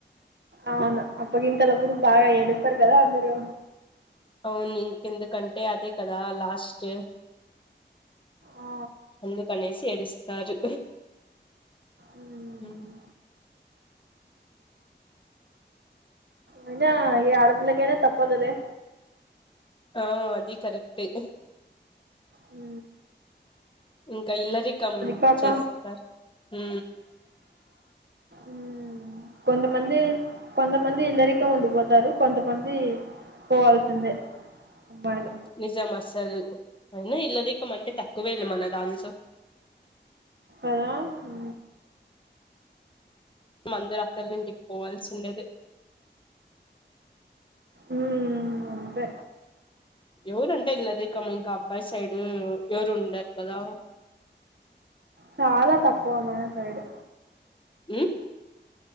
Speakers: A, on the right; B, on the left.
A: అవును అప్పగింతలప్పుడు బాగా ఏడుస్తారు కదా అందరు
B: అవును ఇంకెందుకంటే అదే కదా లాస్ట్
A: ఆ
B: అందుకనేసి ఏడుస్తారు
A: మ్మ్.
B: అ
A: అయినా ఏ ఆడపిలకైనా తప్పదులేే
B: ఆవ్ అది కరెక్టే
A: ఉ
B: ఇక ఇల్లారికం
A: కాక
B: చేస్తారు ఉ
A: ఉ కొంతమంది కొంతమంది ఇల్లారి తో ఉండిపోతారు కొంతమంది పోవాల్సిందే అమ్మాయిలు
B: నిజం అసల్ అయినా ఇల్లారికమంటే తక్కువేలే మన దాంతో
A: ఇదా ఉ
B: మందరు అత్తోలింటికి పోవల్సిండేదే
A: ఉ అంతే
B: ఊరు అంటే ఇల్లరికం ఇంకా అబ్బాయి సైడు ఎవరు ఉండారు కదా.
A: చాలా తక్కువ మన సైడు
B: ఉ